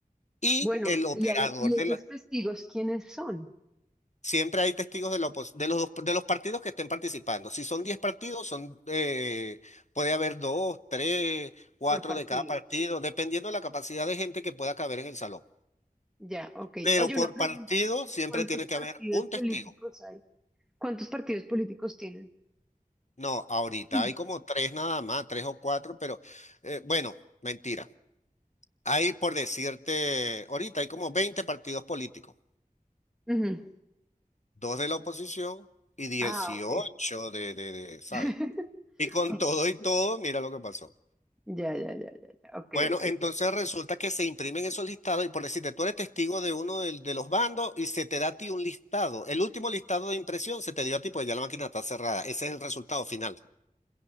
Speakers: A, on the left (about 50°); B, in the centre.
A: Y
B: Bueno,
A: el operador
B: y ahí, ¿y
A: de
B: esos
A: la...
B: testigos quiénes son
A: Siempre hay testigos de, la opos- de los, dos- de los partidos que estén participando. Si son 10 partidos, son, eh, puede haber 2, 3, 4
B: por partido?
A: de cada partido, dependiendo de la capacidad de gente que pueda caber en el salón.
B: Ya, ok.
A: Pero
B: Oye,
A: por
B: una pregunta.
A: partido siempre
B: ¿Cuántos
A: tiene que
B: partidos
A: haber un testigo.
B: políticos hay? ¿Cuántos partidos políticos tienen?
A: No, ahorita
B: Mm.
A: hay como tres nada más, tres o cuatro, pero eh, bueno, mentira. Hay, por decirte, ahorita hay como 20 partidos políticos,
B: Ujú.
A: dos de la oposición y dieciocho
B: Ah, ok.
A: de, de, de, ¿sabes?
B: <laughs>
A: Y con
B: Ok.
A: todo y todo, mira lo que pasó.
B: Ya, ya, ya, ya, ya. Ok,
A: Bueno,
B: ok.
A: entonces resulta que se imprimen esos listados y por decirte, tú eres testigo de uno del- de, los bandos y se te da a ti un listado. El último listado de impresión se te dio a ti, pues ya la máquina está cerrada. Ese es el resultado final.